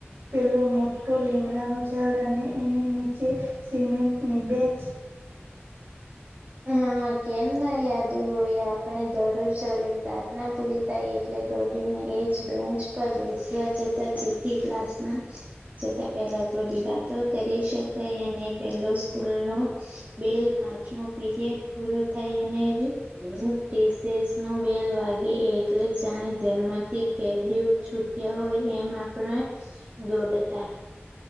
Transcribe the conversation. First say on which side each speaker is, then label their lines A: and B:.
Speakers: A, on the right; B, on the right.
A: પેલો મોટો લીમડાનો ઝાડ અને એની નીચે સિમેન્ટની બેચ
B: <inaudible> હા કેમ ના યાદ હોય આપણે દરરોજ સવારે પ્રાર્થના પૂરી થાય એટલે દોડી એજ બેન્ચ પર બેસવા જતા જેથી ક્લાસમાં જતાં પહેલા થોડી વાતો કરી શકાય અને પેલો સ્કૂલનો બેલ પાંચમો પીરીયડ પૂરો થાય અને જ રીસેસનો બેલ વાાગી એ એટલે જાણે જેલમાં કેદીઓ છૂટ્યા હોય એમ આપણે દોડતા